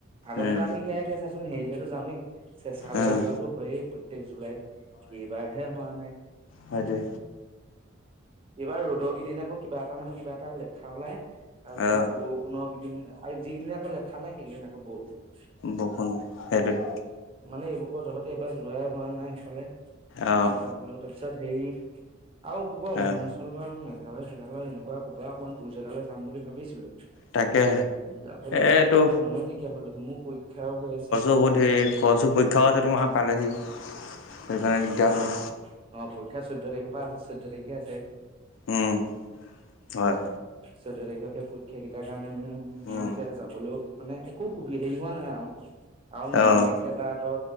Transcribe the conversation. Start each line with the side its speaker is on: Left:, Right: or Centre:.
Right: আগতেতো
Left: উম,
Right: আমি সেয়াই এতিয়া চাচোন হেৰিলেতো যাওঁ এ। চেঁচালে
Left: উম,
Right: যোৱাাতটো হয়য়েই প্ৰত্যেক জুলাইত এইবাৰ হে হোৱা নাই।
Left: হয় দে।
Right: এইবাৰ ৰ'দৰ কেইদিন আকৌ কিবা এটা নহয় কিবা এটা লেঠা ওলাই, তাৰ পিছত
Left: অ',
Right: বৰষুণ। <unintelligible> যিদিদনে আকৌ লেঠা নাই সেইকেইদিন আকৌ বৰষুণ।
Left: বৰষুণ সেইটোৱে।
Right: মানে এইবুকৰ যহতে এবাৰ যোৱাই হোৱা নাই সেইফালে
Left: অ',
Right: চেচা। হলো তাৰ পিছত হেই আৰু কবা।
Left: অ',
Right: আচল মেঘালয় চেঘালয় এনেকুৱা ক'ৰবা অকমান দূৰ জেগালৈ যাম বুলি ভাবিছিলো। যাবলৈ
Left: তাকে
Right: এইবোৰ
Left: এইটো
Right: এতিয়া সময় নাইকিয়া হল দেখোন মোৰ পৰীক্ষাও হৈ আছে।
Left: হ'ব দে। খৰচো পৰীক্ষাওছে তোমাহে পালেহি সেইকাৰণে দিগদাৰ হয়।
Right: অ', পৰীক্ষা চৈধ্য তাৰিখৰ পৰা আছে চৈধ্য তাৰিখে আছে।
Left: উম, হয়।
Right: চৈধ্য তাৰিখে সেই পৰীক্ষা কেইটাৰ কাৰণে
Left: উম,
Right: মই এতিয়া যাবলৈও। মানে একো সুবি হেৰি হোৱা নাই আৰু
Left: অ',
Right: এনেক। এটা ট